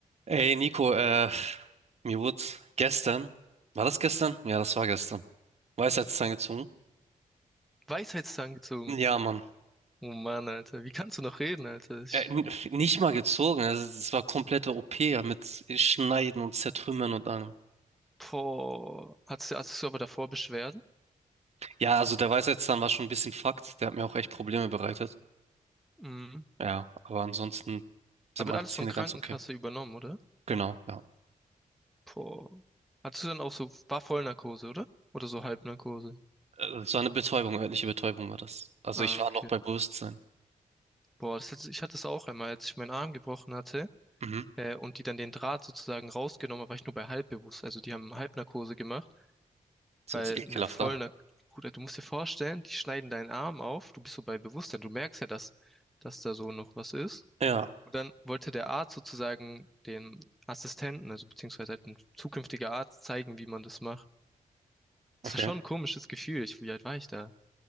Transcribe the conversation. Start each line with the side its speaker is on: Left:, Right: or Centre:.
Right: Ey Nico, äh, mir wurde gestern, war das gestern? Ja, das war gestern. Weisheitszahn gezogen?
Centre: Weisheitszahn gezogen.
Right: Ja, Mann.
Centre: Oh Mann, Alter. Wie kannst du noch reden, Alter? Ich,
Right: Äh, n- nicht mal gezogen, also es war komplette OP ja, mit Schneiden und Zertrümmern und allem.
Centre: boah. Hattest, du- hattest du aber davor Beschwerden?
Right: Ja, also der Weisheitszahn war schon ein bisschen Fakt, der hat mir auch echt Probleme bereitet.
Centre: Mhm.
Right: Ja, aber ansonsten sind
Centre: Aber wird
Right: meine
Centre: alles
Right: Zähne
Centre: von Krankenkasse
Right: ganz okay.
Centre: übernommen, oder?
Right: Genau, ja.
Centre: Boah. Hattest du dann auch so, war Vollnarkose, oder? Oder so Halbnarkose?
Right: Äh, Es eine Betäubung, örtliche Betäubung war das. Also
Centre: Ah,
Right: ich war
Centre: okay.
Right: noch bei Bewusstsein.
Centre: Boah, das hatte, ich hatte es auch einmal, als ich meinen Arm gebrochen hatte,
Right: Mhm.
Centre: äh, und die dann den Draht sozusagen rausgenommen haben, war ich nur bei halbbewusst. Also die haben Halbnarkose gemacht,
Right: Das
Centre: weil
Right: hört sich ekelhaft
Centre: eine Vollnarkose,
Right: an.
Centre: Bruder, du musst dir vorstellen, die schneiden deinen Arm auf, du bist so bei Bewusstsein, du merkst ja, dass, dass da so noch was ist.
Right: Ja,
Centre: Und dann wollte der Arzt sozusagen dem Assistenten, also beziehungsweise halt ein zukünftiger Arzt, zeigen, wie man das macht. Das
Right: okay.
Centre: war schon ein komisches Gefühl. Ich, wie alt war ich da?